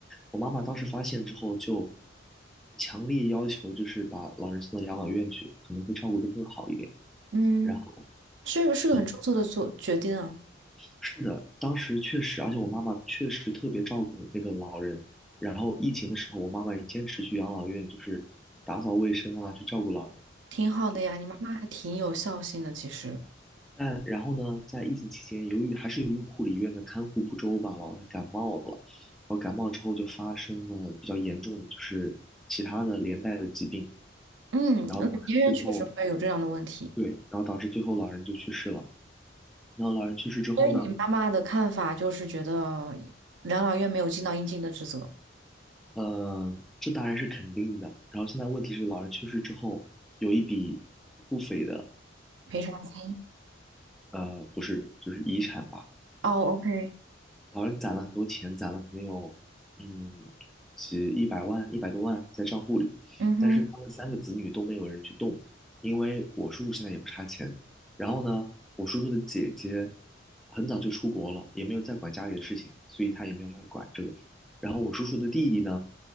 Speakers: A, in the centre; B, on the right (about 70°).
A: 我妈妈当时发现之后，就强烈要求就是把老人送到养老院去，可能会照顾得更好一点。
B: 嗯，
A: 然后，
B: 这个是个很出色的做决定啊，
A: 嗯，是的，当时确实，而且我妈妈确实特别照顾那个老人。然后疫情的时候，我妈妈也坚持去养老院，就是打扫卫生啊，去照顾老人。
B: 挺好的呀。你妈妈还挺有孝心的，其实。
A: 但然后呢，在疫情期间，由于还是由于护理院的看护不周吧，老人感冒了。然后感冒之后就发生了比较严重的，就是其他的连带的疾病。
B: 嗯，
A: 然后当时最后
B: 嗯别人确实会有这样的问题，
A: 对，然后导致最后老人就去世了。然后老人去世之后呢，
B: 所以你妈妈的看法就是觉得养老院没有尽到应尽的职责，
A: 嗯，这当然是肯定的。然后现在问题是，老人去世之后有一笔不菲的，
B: 赔偿金。
A: 呃，不是，就是遗产吧，
B: 哦，OK，
A: 老人攒了很多钱，攒了可能有嗯几一百万、一百多万在账户里，
B: 嗯哼。
A: 但是他们三个子女都没有人去动，因为我叔叔现在也不差钱。然后呢，我叔叔的姐姐很早就出国了，也没有再管家里的事情，所以他也没有来管这个。然后我叔叔的弟弟呢，